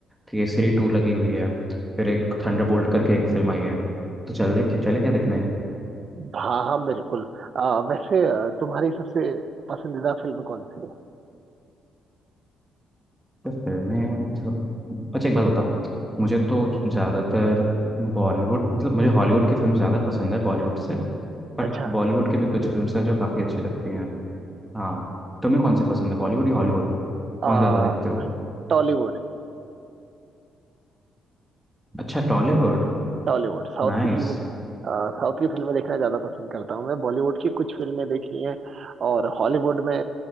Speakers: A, in the centre; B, on the right (about 50°).
A: केसरी टू लगी हुई है फिर एक थंडरबोल्ट करके एक फिल्म आई है तो चले कि चले क्या देखने
B: हाँ हाँ बिल्कुल आ, वैसे आ, तुम्हारी सबसे पसंदीदा फिल्म कौन सी है
A: तो फिल्में मतलब अच्छा एक बात बता मुझे तो ज़्यादातर बॉलीवुड मतलब मुझे हॉलीवुड की फिल्म ज़्यादा पसंद है बॉलीवुड से बट
B: अच्छा
A: बॉलीवुड के भी कुछ फिल्म हैं जो काफ़ी अच्छी लगती हैं हाँ तुम्हें कौन सी पसंद है बॉलीवुड या हॉलीवुड
B: आ,
A: कौन ज़्यादा देखते हो
B: टॉलीवुड
A: अच्छा टॉलीवुड
B: टॉलीवुड साउथ
A: नाइस
B: की फिल्में आ, साउथ की फिल्में देखना ज़्यादा पसंद करता हूँ मैं बॉलीवुड की कुछ फिल्में देखी हैं और हॉलीवुड में